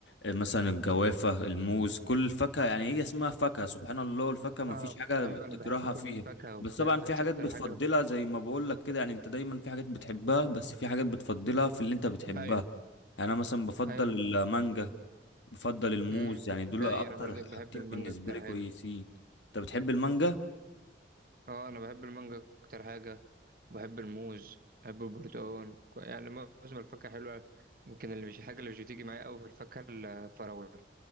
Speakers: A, on the left; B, on the right.
A: مثلا الجوافة الموز كل الفاكهة يعني هي اسمها فاكهة سبحان الله الفاكهة ما
B: اه
A: فيش حاجة
B: ايوه
A: بتكرهها
B: انا بحب كل
A: فيها
B: الفاكهه
A: بس
B: وبتاع
A: طبعا
B: بس
A: في حاجات
B: اكتر
A: بتفضلها
B: حاجه
A: زي ما بقول لك كده يعني انت دايما في حاجات بتحبها بس في حاجات بتفضلها في اللي انت بتحبها
B: ايوه
A: يعني انا مثلا بفضل
B: ايوه
A: المانجا بفضل الموز
B: امم
A: يعني دول
B: زي
A: اكتر
B: انا برضك
A: حاجتين
B: بحب المانجا
A: بالنسبه
B: اكتر
A: لي كويسين
B: حاجه
A: انت بتحب المانجا
B: اه انا بحب المانجا اكتر حاجه وبحب الموز بحب البرتقال كو- يعني معظم الفاكهه حلوه يمكن اللي مش حاجه اللي مش بتيجي معايا قوي في الفاكهه الفراوله